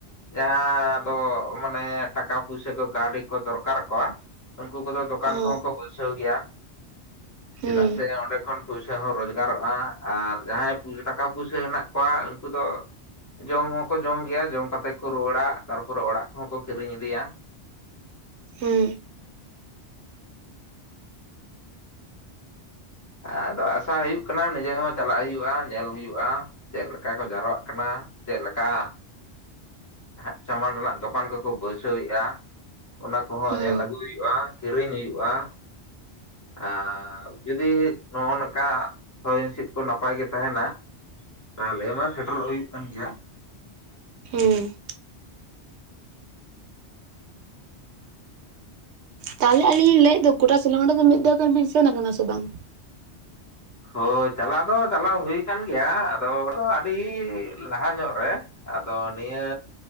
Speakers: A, on the left; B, on the right.
A: ᱡᱟᱦᱟᱸ ᱫᱚ ᱢᱟᱱᱮ ᱴᱟᱠᱟ ᱯᱩᱭᱥᱟᱹ ᱠᱚ ᱠᱟᱹᱣᱰᱤ ᱠᱚ ᱫᱚᱨᱠᱟᱨ ᱟᱠᱚᱣᱟ ᱩᱱᱠᱩ ᱠᱚᱫᱚ ᱫᱚᱠᱟᱱ
B: ᱦᱚᱸ
A: ᱠᱚᱦᱚᱸ ᱠᱚ ᱵᱟᱭᱥᱟ ᱵᱟᱶᱥᱟ ᱜᱮᱭᱟ
B: ᱦᱩᱸ
A: ᱪᱮᱫᱟᱜ ᱥᱮ ᱚᱸᱰᱮ ᱠᱷᱚᱱ ᱯᱩᱭᱥᱟᱹ ᱦᱚᱸ ᱨᱳᱡᱽᱜᱟᱨᱚᱜᱼᱟ ᱟᱨ ᱡᱟᱦᱟᱸᱭ ᱴᱟᱠᱟ ᱯᱩᱭᱥᱟᱹ ᱦᱮᱱᱟᱜ ᱠᱚᱣᱟ ᱩᱱᱠᱩ ᱫᱚ ᱡᱚᱢ ᱦᱚᱸᱠᱚ ᱡᱚᱢ ᱜᱮᱭᱟ ᱡᱚᱢ ᱠᱟᱛᱮ ᱠᱚ ᱨᱩᱣᱟᱹᱲᱟ ᱛᱟᱨᱯᱚᱨᱮ ᱚᱲᱟᱜ ᱠᱚᱦᱚᱸ ᱠᱚ ᱠᱤᱨᱤᱧ ᱤᱫᱤᱭᱟ ᱾
B: ᱦᱩᱸ
A: ᱟᱨ ᱟᱥᱟ ᱦᱩᱭᱩᱜ ᱠᱟᱱᱟ ᱱᱤᱡᱮ ᱦᱚᱸ ᱪᱟᱞᱟᱜ ᱦᱩᱭᱩᱜᱼᱟ ᱧᱮᱞ ᱦᱩᱭᱩᱜᱼᱟ᱾ ᱪᱮᱫ ᱞᱮᱠᱟ ᱠᱚ ᱡᱟᱣᱨᱟᱜ ᱠᱟᱱᱟ ᱪᱮᱫ ᱞᱮᱠᱟ ᱦᱸ ᱥᱟᱢᱟᱱ ᱚᱲᱟᱜ ᱫᱚᱠᱟᱱ ᱠᱚᱠᱚ ᱵᱟᱹᱭᱥᱟᱹᱣᱮᱫᱼᱟ ᱚᱱᱟ ᱠᱚᱦᱚᱸ
B: ᱦᱩᱸ
A: ᱧᱮᱞ ᱟᱹᱜᱩᱭ ᱦᱩᱭᱩᱜᱼᱟ ᱾ ᱠᱤᱨᱤᱧ ᱦᱩᱭᱩᱜᱼᱟ ᱟᱨ ᱡᱩᱫᱤ ᱱᱚᱜᱼᱚ ᱱᱚᱝᱠᱟ ᱦᱚᱭ ᱦᱤᱸᱥᱤᱫ ᱠᱚ ᱱᱟᱯᱟᱭ ᱜᱮ ᱛᱟᱦᱮᱱᱟ ᱛᱟᱦᱚᱞᱮ ᱢᱟ ᱥᱮᱴᱮᱨᱚᱜ ᱦᱩᱭᱩᱜ ᱠᱟᱱ ᱜᱮᱭᱟ ᱾
B: ᱦᱮᱸ ᱛᱟᱦᱚᱞᱮ ᱟᱹᱞᱤᱧ ᱞᱤᱧ ᱞᱟᱹᱭᱮᱫ ᱫᱚ ᱜᱚᱴᱟ ᱥᱤᱞᱟᱝ ᱚᱸᱰᱮ ᱫᱚ ᱢᱤᱫ ᱫᱷᱟᱣ ᱜᱟᱱ ᱵᱤᱱ ᱥᱮᱱ ᱟᱠᱟᱱᱟ ᱥᱮ ᱵᱟᱝ?
A: ᱦᱳᱭ ᱪᱟᱞᱟᱣ ᱫᱚ ᱪᱟᱞᱟᱣ ᱦᱩᱭᱩ ᱟᱠᱟᱱ ᱜᱮᱭᱟ ᱟᱫᱚ ᱟᱹᱰᱤ ᱞᱟᱦᱟ ᱧᱚᱜ ᱨᱮ ᱟᱫᱚ ᱱᱤᱭᱟᱹ